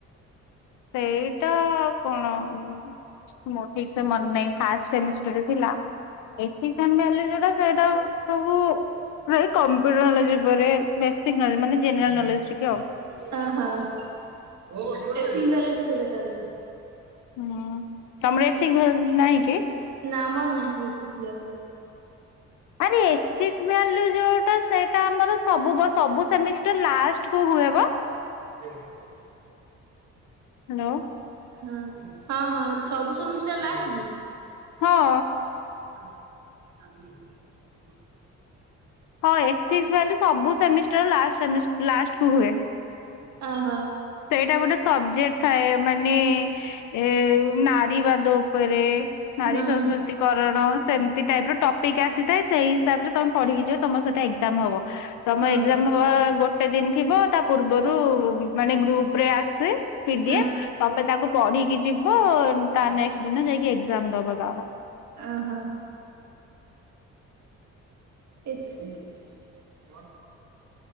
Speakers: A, on the left; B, on the right.
A: ସେଇଟା କଣ ଆଉ? ମୋର ଠିକସେ ମନେ ନାହିଁ, ଫାଷ୍ଟ ସେମିଷ୍ଟରରେ ଥିଲା। ଏଥିକ୍ସନ୍ ଭାଲ୍ୟୁ ଯୋଉଟା ସେଇଟା ସବୁ ସେଇ କମ୍ପ୍ୟୁଟର ନଲେଜ୍ ଉପରେ। ବେସିକ ନଲେଜ ମାନେ ଜେନେରାଲ
B: ଓହୋ।
A: ନଲେଜ
B: ଏଥିକ
A: ଟିକେ ଆଉ।
B: ଭାଲ୍ୟୁ ଦେ ସେଇଟା ତାହେଲେ,
A: ହୁଁ ତମର ଏଥିକ ଭ୍ୟାଲୁ ନାହିଁ କି?
B: ନା ଆମର ନାହିଁ ଏଥିସଭାଲ୍ୟୁ।
A: ଆରେ ଏଥିସଭାଲ୍ୟୁ ଯୋଉଟା, ସେଇଟା ଆମର ସବୁ ବ ସବୁ ସେମିଷ୍ଟର ଲାଷ୍ଟକୁ ହୁଏ ବା।
B: ଦେଖ-ଦେଖ-ଦେଖ।
A: ହାଲୋ।
B: ହଁ ହଁ ହଁ ସବୁ ସେମିଷ୍ଟର ଲାଷ୍ଟକୁ।
A: ହଁ।
B: <inaudible>
A: ହଁ ଏଥିକ୍ସ ଭାଲ୍ୟୁ ସବୁ ସେମିଷ୍ଟର ଲାଷ୍ଟ ସେ ଲାଷ୍ଟକୁ ହୁଏ।
B: ଅହ।
A: ସେଇଟା ଗୋଟେ ସବଜେକ୍ଟ ଥାଏ। ମାନେ ଏ ନା ବିବାଦ ଉପରେ। ନାରୀ
B: ଓହୋ
A: ସଂସ୍କୃତିକରଣ ସେମିତି ଟାଇପର ଟପିକ୍ ଆସିଥାଏ। ସେଇ ହିସାବରେ ତମେ ପଢିକି ଯିବ ତମର ସେଟା ଏକ୍ଜାମ ହବ। ତମ
B: ଓହୋ
A: ଏକ୍ଜାମ ହବା ଗୋଟେ ଦିନ ଥିବ ତା ପୂର୍ବରୁ ମାନେ ଗ୍ରୁପରେ ଆସେ ପି ଡି
B: ନା
A: ଏଫ୍। ତାପରେ ତାକୁ ପଢିକି ଯିବ ତା ନେକ୍ସଟ ଦିନ ଯାଇକି ଏକ୍ସାମ୍ ଦବ ତାର।
B: ଓହୋ <unintelligible>